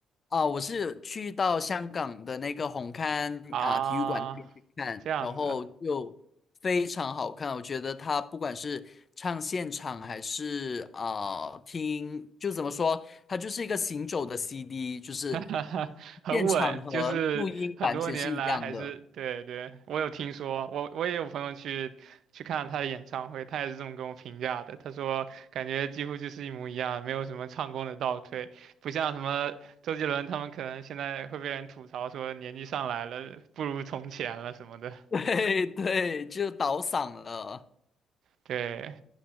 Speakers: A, on the left; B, on the right.
A: 啊、我是去到香港的那个红磡啊、
B: 啊，
A: 体育馆那边去看，
B: 这样子。
A: 然后就非常好看。我觉得他不管是唱现场还是啊、听，就怎么说，它就是一个行走的 CD，就是
B: <laughs> 很稳，
A: 现场和录音完全是一样的。
B: 就是很多年来还是对对，我有听说，我我也有朋友去去看了他的演唱会，他也是这么跟我评价的。他说感觉几乎就是一模一样，没有什么唱功的倒退，不像什么周杰伦他们可能现在会被人吐槽说年纪上来了不如从前了什么的。
A: <laughs> 对对，就倒嗓了。
B: 对，